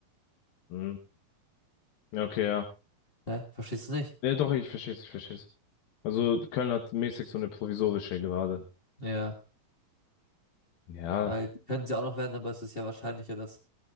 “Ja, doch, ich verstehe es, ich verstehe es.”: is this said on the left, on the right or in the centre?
Left